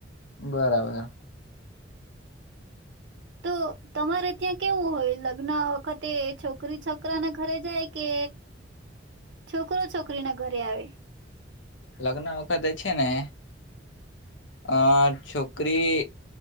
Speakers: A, on the left; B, on the right.
A: બરાબર
B: તો તમારે ત્યાં કેવું હોય લગ્ન વખતે છોકરી છોકરા ના ઘરે જાય કે છોકરો છોકરી ના ઘરે આવે
A: લગ્ન વખતે છે ને અ છોકરી